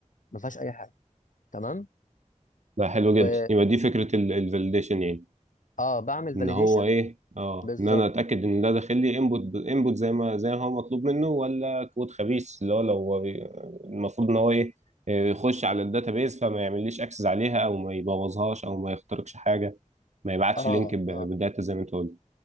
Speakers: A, on the left; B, on the right.
A: ما فيهاش اي حاجه تمام
B: ده حلو
A: و
B: جدا يبقى دي فكرة الفاليديشن يعني
A: اه بعمل
B: ان
A: فاليديشن
B: هو ايه اه
A: بالظبط
B: ان انا اتاكد ان ده داخل لي انبوت انبوت زي ما زي ما هو مطلوب منه ولا كود خبيث اللي هو لو هو بي- المفروض ان هو ايه آه، يخش على الداتابيز فما يعمليش اكسس عليها او ما يبوظهاش او ما يخترقش حاجه ما يبعتش
A: اه
B: لينك ب-
A: اه
B: بداتا زي ما انت قلت